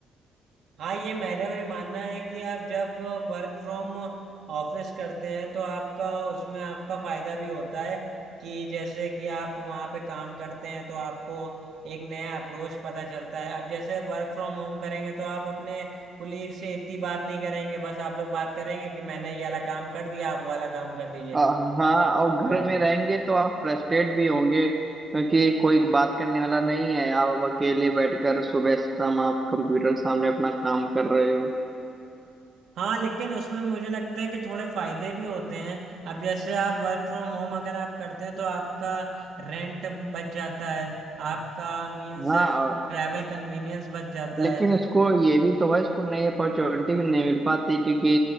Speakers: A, on the right (about 70°); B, on the right (about 20°).
A: हाँ ये मेरा भी मानना है कि आप जब वर्क फ्रॉम ऑफिस करते हैं तो आपका उसमें आपका फायदा भी होता है कि जैसे कि आप वहाँ पे काम करते हैं तो आपको एक नया अप्रोच पता चलता है अब जैसे वर्क फ्रॉम होम करेंगे तो आप अपने कुलीग से इतनी बात नहीं करेंगे बस आप लोग बात करेंगे कि मैंने ये वाला काम कर दिया आप वो वाला काम कर दीजिए
B: हाँ और घर
A: हम्म।
B: में रहेंगे तो आप फ्रस्ट्रेट भी होंगे क्योंकि कोई बात करने वाला नहीं है आप अब अकेले बैठकर सुबह शाम आप कंप्यूटर के सामने अपना काम कर रहे हो
A: हाँ लेकिन उसमें मुझे लगता है कि थोड़े फायदे भी होते हैं अब जैसे आप वर्क फ्रॉम होम अगर आप करते हैं तो आपका रेंट बच जाता है आपका मीन्स
B: हाँ
A: ट्रैवल
B: और-
A: कन्वीनियंस बच जाता
B: लेकिन
A: है
B: उसको ये भी तो है इसको नई अपॉर्चुनिटी भी नहीं मिल पाती क्योंकि